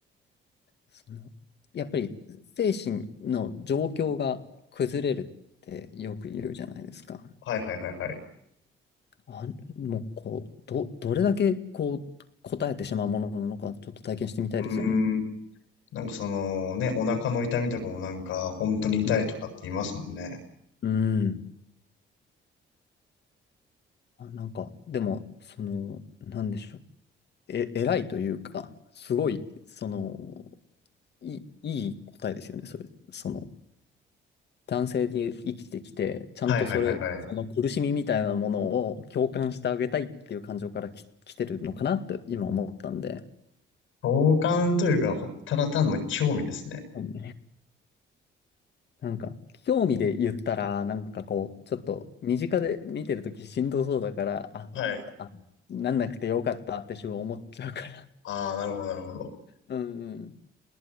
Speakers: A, on the left; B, on the left.
A: その、やっぱり精神の状況が崩れるってよく言うじゃないですか。
B: はいはいはいはい。
A: あ、もうこう、ど、どれだけこう答えてしまうものなのかちょっと体験してみたいですよね。
B: うーん。なんかそのね、お腹の痛みとかもなんか本当に痛いとかって言いますもんね。
A: うん。うんあ、なんか、でも、その、なんでしょう。え、偉いというか、すごい、その、いい、いい答えですよね、それ。その、男性で生きてきて、ちゃんとそれ、
B: はいはいはいはい。
A: その苦しみみたいなものを共感してあげたいっていう感情からき、来てるのかなって今思ったんで、
B: 好感というか、ほただ単の興味ですね。
A: うんなんか、興味で言ったら、なんかこう、ちょっと身近で見てるときしんどそうだから、あ、
B: はい。
A: あ、なんなくてよかったって自分思っちゃうから。
B: ああ、なるほど、なるほど。
A: うんうん。